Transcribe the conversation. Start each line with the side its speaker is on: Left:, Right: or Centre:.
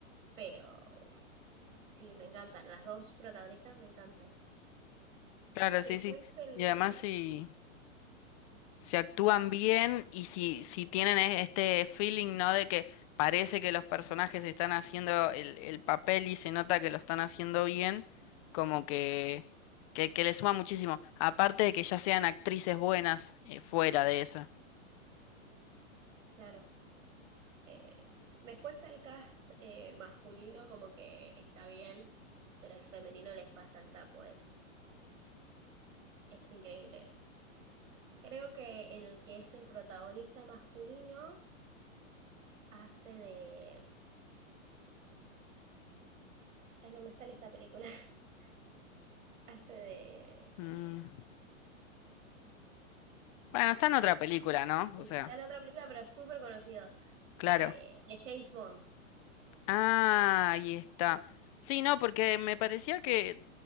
Right: pero mm, sí, me encantan, las dos protagonistas me encantan.
Left: Claro,
Right: Después
Left: sí, sí.
Right: el,
Left: Y además si, si actúan bien y si, si tienen e- este feeling, ¿no? De que parece que los personajes están haciendo el, el papel y se nota que lo están haciendo bien, como que, que, que le suma muchísimo. Aparte de que ya sean actrices buenas eh, fuera de eso.
Right: claro, Eh, después el cast eh, masculino como que está bien, pero el femenino les pasa el trapo, es, es increíble. Creo que el que es el protagonista masculino hace de... Ay, no me sale esta película. <laughs> Hace de...
Left: Mm. Bueno, está en otra película, ¿no?
Right: Sí,
Left: O sea,
Right: está en otra película, pero es súper conocido.
Left: claro.
Right: eh, de James Bond.
Left: Ah, ahí está. Sí, no, porque me parecía que